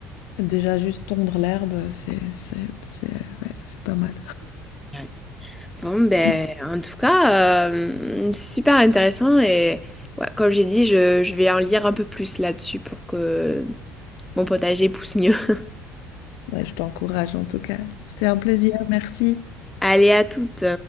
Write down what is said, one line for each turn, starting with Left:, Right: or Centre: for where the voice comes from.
Left: Déjà juste tondre l'herbe, c'est c'est c'est ouais, c'est pas mal.
Centre: Ouais. Bon, ben,
Left: Mmh,
Centre: en tout cas, euh, c'est super intéressant et ouais, comme j'ai dit, je, je vais en lire un peu plus là-dessus pour que mon potager pousse mieux. <laughs>
Left: ouais, je t'encourage en tout cas. C'était un plaisir, merci.
Centre: Allez, à toutes.